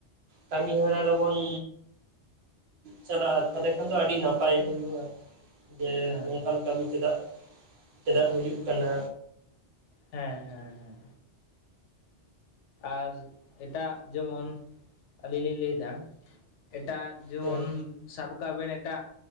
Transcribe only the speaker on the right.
ᱠᱟᱹᱢᱤ ᱦᱚᱨᱟ ᱨᱮᱵᱚᱱ ᱪᱟᱞᱟᱜᱼᱟ ᱛᱟᱞᱦᱮ ᱠᱷᱟᱱ ᱫᱚ ᱟᱹᱰᱤ ᱱᱟᱯᱟᱭ ᱦᱩᱭᱩᱜᱼᱟ ᱡᱮ
ᱱᱚᱝᱠᱟᱱ ᱠᱟᱹᱢᱤ ᱪᱮᱫᱟᱜ ᱪᱮᱫᱟᱜ ᱦᱩᱭᱩᱜ ᱠᱟᱱᱟ᱾
ᱦᱮᱸ